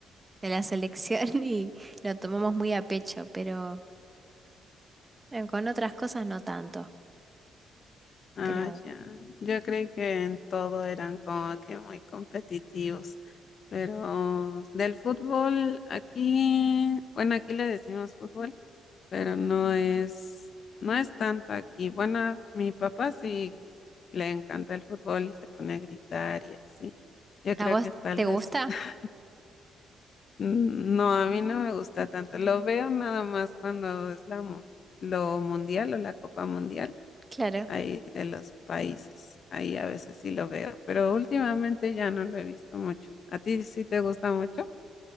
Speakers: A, on the right; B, on the left.
A: de la selección <laughs> y lo tomamos muy a pecho, pero bueno, con otras cosas no tanto.
B: Ah,
A: Pero
B: ya. Yo creí que en todo eran como que muy competitivos. Pero del fútbol, aquí, bueno, aquí le decimos fútbol, pero no es, no es tanto aquí. Bueno, mi papá sí le encanta el fútbol y se pone a gritar y así. Yo creo
A: ¿A vos
B: que tal
A: te
B: vez,
A: gusta?
B: <laughs> no, a mí no me gusta tanto. Lo veo nada más cuando es la, mu- lo mundial o la Copa Mundial
A: Claro.
B: ahí de los países. Ahí a veces sí lo veo, pero últimamente ya no lo he visto mucho. ¿A ti sí te gusta mucho?